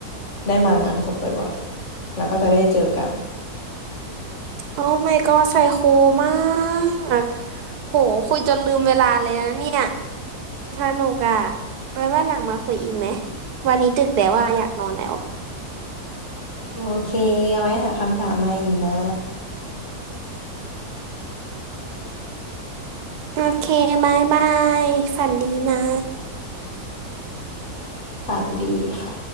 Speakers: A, on the left (about 50°); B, on the right (about 80°).
A: ได้มางานศพบ่อยๆแล้วก็จะได้เจอกัน
B: โอ้ my god ไซโคมาก โหคุยจนลืมเวลาเลยนะเนี่ยสนุกอ่ะไว้ว่าหลังมาคุยอีกไหมวันนี้ดึกแล้วว่าอะอยากนอนแล้ว
A: โอเคเอาไว้หาคำถามมาอีกนะ
B: โอเคบายบายฝันดีนะ
A: ฝันดีค่ะ